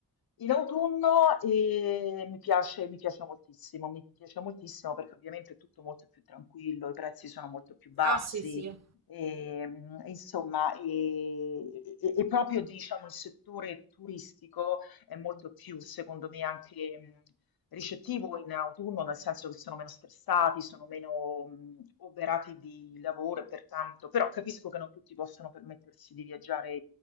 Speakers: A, on the left; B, on the right.
A: In autunno eh, mi piace, mi piace moltissimo, mi piace moltissimo perché ovviamente è tutto molto più tranquillo, i prezzi sono molto più bassi,
B: Ah, sì, sì.
A: e, mh, insomma, e, e- e proprio diciamo, il settore turistico è molto più, secondo me, anche mh, ricettivo in autunno, nel senso che sono meno stressati, sono meno mh, oberati di lavoro e pertanto, però capisco che non tutti possono permettersi di viaggiare